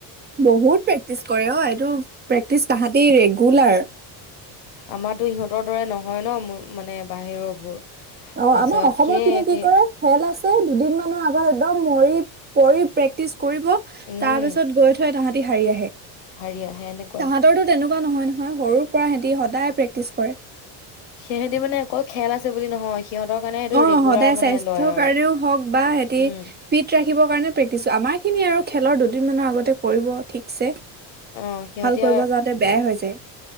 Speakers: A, on the right; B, on the left.
A: বহুত প্ৰেক্টিচ কৰে অ এইটো প্ৰেক্টিচ তাহতি ৰেগুলাৰ।
B: আমাতো ইহঁতৰ দৰে নহয় ন মানে বাহিৰৰ বোৰ
A: অ
B: তাৰপিছত
A: আমাৰ অসমৰ
B: সেই
A: কিখিনি
B: এতি
A: কি কৰে খেল আছে দুদিন মানৰ আগত একদম মৰি পৰি প্ৰেক্টিছ কৰিব ।
B: উম,
A: তাৰ পিছত গৈ থৈ তাহাঁত হাৰি আহে।
B: হাৰিয়া সে এনেকুৱাই।
A: তহঁতৰটো তেনেকুৱা নহয়, নহয় । সৰুৰ পৰা সে তি সদায় প্ৰেক্টিছ কৰে।
B: সিহঁতি মানে অকল খেল আছে বুলি নহয়, সিহঁতৰ কাৰণে এইটো
A: অ'
B: ৰেগুলাৰ
A: সদায়
B: মানে
A: স্বাস্থ্যৰ
B: লয় আৰু
A: কাৰণেও হওঁক বা হেতি
B: উম
A: ফিট ৰাখিবৰ কাৰণেও প্ৰেক্টিছ । আমাৰখিনি আৰু খেলৰ দুদিনমানৰ আগতে কৰিব ঠিকছে। ভাল
B: অ সিহঁতি
A: কৰিব
B: আৰু
A: যাওঁতে বেয়াই হৈ যায়।